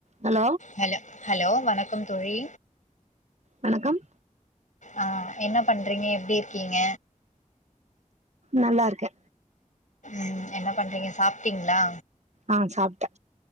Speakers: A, on the right (about 60°); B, on the left (about 75°).
A: Hello
B: hello hello வணக்கம் தோழி
A: வணக்கம்
B: ஆ என்ன பண்றீங்க எப்டி இருக்கீங்க
A: நல்லா இருக்கே
B: உ என்ன பண்றீங்க சாப்டீங்களா
A: ஆ சாப்டே